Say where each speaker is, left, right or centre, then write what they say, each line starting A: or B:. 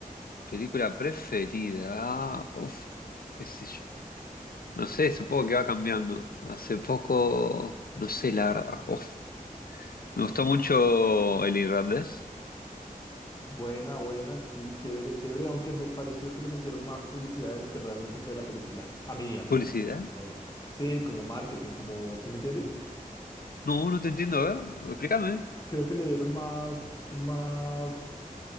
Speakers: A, on the left; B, on the left.
A: Película preferida. Ah, uf, qué sé yo. No sé, supongo que va cambiando. Hace poco, no sé, la verdad. Uf. Me gustó mucho El Irlandés.
B: Buena, buena, sí, chévere, chévere, aunque me pareció que le metieron más publicidad de lo que realmente fue la película. A mí, a mí,
A: ¿Publicidad?
B: a mí. a mí. Sí, como marketing, como, ¿sí me entiendes?
A: No, no te entiendo, a ver, explícame.
B: Creo que le dieron más, más,